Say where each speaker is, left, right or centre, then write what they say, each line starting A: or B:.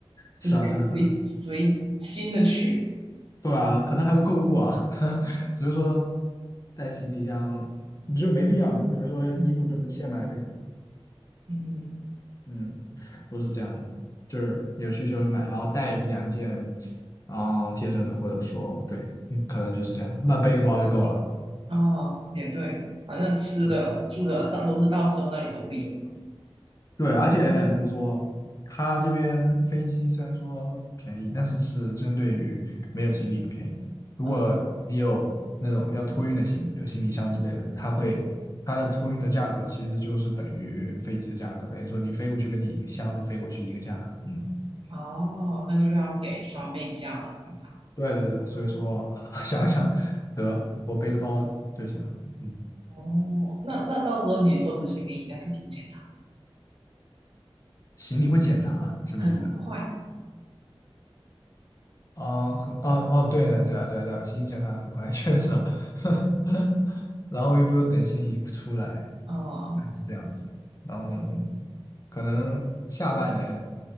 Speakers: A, on the left; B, on the right.
A: 是啊，
B: 直接随随心的去，
A: 是啊，是啊，对啊，可能还会购物啊，<laughs> 所以说带行李箱你就没必要，比如说衣服就现买呗，
B: 嗯嗯
A: 嗯，不是这样的，就是有需求买，然后带一两件，嗯，贴身的，或者说对，嗯可能就是这样，那背一个包就够了。
B: 哦也对，反正吃的住的到都是到时候那里都会有。
A: 对对，而且怎么说，它这边飞机虽然说便宜，但是是针对于没有行李的便宜。如果你有那种要托运的行李，
B: 啊。
A: 就是行李箱之类的，它会它的托运的价格其实就是等于飞机的价格，等于说你飞过去跟你箱子飞过去一个价。嗯，
B: 哦，那就要给双倍价了，应
A: 对对对，所以说 <laughs> 想想，得我背个包就行了。嗯，
B: 哦，那那到时候你收拾行李应该是挺简
A: 行李会检查什么意思？
B: 单，很快。
A: 啊，很，哦哦，对的，对啊，对啊，对啊，行李检查很快，<laughs> 确实啊，<laughs> 然后又不用等行李出来，
B: 哦
A: 是这样的。然后可能下半年，